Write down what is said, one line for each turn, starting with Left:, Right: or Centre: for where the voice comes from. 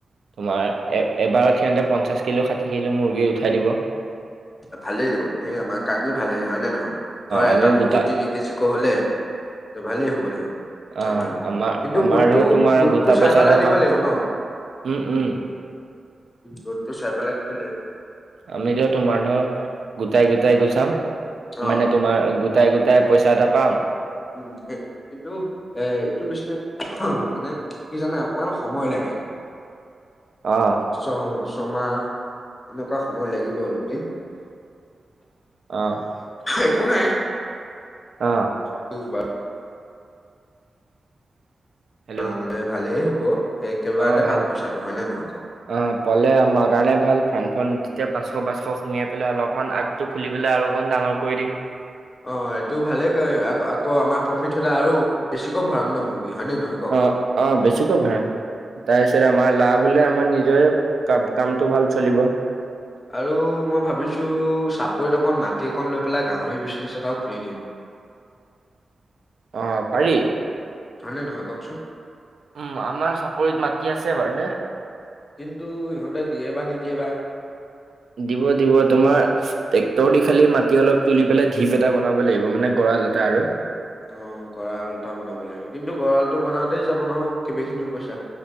Right: তোমাৰ এ এবাৰত সিহঁতে পঞ্চাশ কিলো ষাঠি কিলো মুৰ্গী উঠাই দিব।
Left: ভালেই দেখোন, সেই আমাৰ কাৰণেই ভালেই হয় নে নহয়? ধৰ
Right: আমি
Left: এটা মুৰ্গী
Right: গোটা
Left: তিনি কেজি কৈ হ'লে, ভালেই হ'ব দেখোন।
Right: অ
Left: আমালৈ।
Right: আমাৰ
Left: কিন্তু
Right: আমাৰ
Left: গোটটো
Right: ধৰ তোমাৰ
Left: গোটটো
Right: গোটা
Left: চাই
Right: পইচা
Left: পেলাই
Right: এটা
Left: দিব
Right: পাম
Left: লাগিব ন?
Right: উম উম
Left: গোটতো চাই পেলাই দিব লাগিব।
Right: আমি ধৰ তোমাৰ ধৰ গোটাই গোটাই গুচাম
Left: অ
Right: মানে তোমাৰ গোটাই গোটাই পইচা এটা পাম।
Left: <unintelligible> এ এইটো বিজনেচ মানে কি জানা অকমান সময় লাগে।
Right: অ
Left: ছ ছয়মাহ এনেকুৱা সময় লাগিব অলপ দিন।
Right: অ
Left: একো নাই।
Right: অ
Left: <unintelligible>
Right: হেল্ল'
Left: আ মানে ভালেই হ'ব, এই একেবাৰতে
Right: অ ভাল
Left: পাম পইচাটো হয় নে নহয় কওঁক
Right: অ পালে আমাৰ কাৰণে ভাল ফাৰ্মখন যেতিয়া পাঁচশ পাঁচশ সোমিয়াই পেলাই অলপমান আগ টো খুলি পেলাই আৰু অকণ ডাঙৰ কৰি দিম।
Left: অ' এইটো ভালে ক আকৌ আমাৰ প্ৰফিট হ'লে আৰু বেছিকৈ ভৰাম ন মুৰ্গী হয়নে নহয় কওক?
Right: অ অ' বেছিকৈ ভৰাম তাৰ
Left: উম।
Right: পিছত আমাৰ লাভ হ'লে আমাৰ নিজৰে কা কামটো ভাল চলিব।
Left: আৰু মই ভাবিছোঁ চাপৰিত অকণ মাটি অকণ লৈ পেলাই গাহৰি বিজনেছ এটাও খুলি দিওঁ।
Right: অ' পাৰি।
Left: হয় নে নহয় কওঁকচোন
Right: উম, আমাৰ চাপৰিত মাটি আছে বাৰু দে।
Left: কিন্তু সিহঁতে দিয়ে বা নিদিয়ে বা
Right: দিব দিব তোমাৰ ট্ৰেক্টৰ দি খালি মাটি অলপ তুলি পেলাই ঢিপ এটা বনাব লাগিব মানে গঁৰাল এটা আৰু।
Left: অ' গঁড়াল এটা বনাব লাগিব, কিন্তু গঁড়ালটো বনাওঁতেই যাব নহয় কেবাখিনিও পইচা